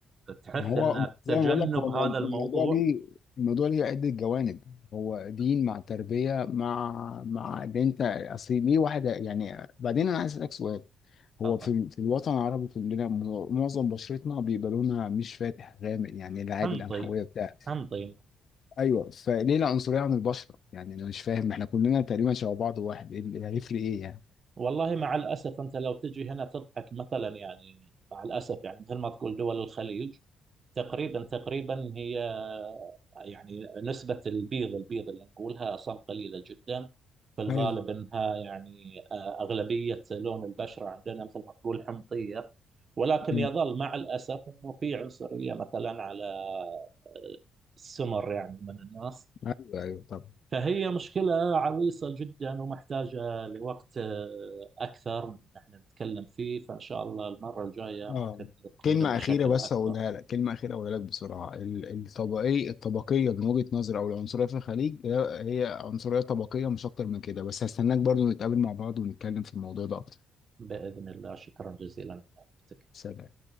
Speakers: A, on the right (about 45°); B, on the left (about 55°).
A: تحث
B: ما هو
A: ان
B: زي
A: تجنب
B: ما بقول لك هو المو-
A: هذا الموضوع
B: الموضوع ليه الموضوع ليه عده جوانب هو دين مع تربيه مع مع ده انت اصل ليه واحد يعني بعدين انا عايز اسالك سؤال هو
A: هذا
B: في ال- في الوطن العربي كلنا مو- معظم بشرتنا بيبقى لونها مش فاتح غامق يعني العادي
A: حنطي
B: القمحويه بتاع
A: حنطي
B: ايوه فليه العنصريه عن البشره يعني انا مش فاهم احنا كلنا تقريبا شبه بعض واحد ايه اللي هيفرق ايه يعني
A: والله مع الأسف أنت لو تجي هنا تضحك مثلا يعني مع الأسف يعني مثل ما تقول دول الخليج تقريبا تقريبا هي يعني نسبة البيض البيض اللي نقولها أصلا قليلة جدا في الغالب
B: ايوه
A: أنها يعني آه، أغلبية لون البشرة عندنا مثل ما تقول حمضية ولكن
B: مم.
A: يظل مع الأسف أنه في عنصرية مثلا على آه، السمر يعني من الناس
B: ايوه ايوه طبعا
A: فهي مشكلة عويصة جدا ومحتاجة لوقت آه، أكثر من إن احنا نتكلم فيه فإن شاء الله المرة الجاية
B: اه
A: ممكن نتكلم
B: كلمة
A: بشكل
B: أخيرة بس
A: أكبر
B: هقولها لك كلمة أخيرة هقولها لك بسرعة ال- الطبقية الطبقية من وجهة نظري أو العنصرية في الخليج هي هي عنصرية طبقية مش أكتر من كده بس هستناك برضو نتقابل مع بعض ونتكلم في الموضوع ده أكتر
A: بإذن الله شكرا جزيلا على وقتك
B: سلام